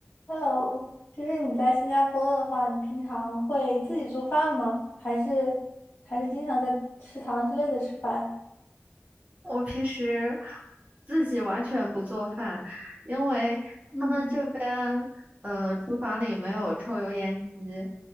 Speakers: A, on the left (about 50°); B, on the right (about 30°).
A: Hello，就是你在新加坡的话，你平常会自己做饭吗？还是还是经常在食堂之类的吃饭？
B: 我平时自己完全不做饭，因为他们这边呃厨房里没有抽油烟机，
A: 嗯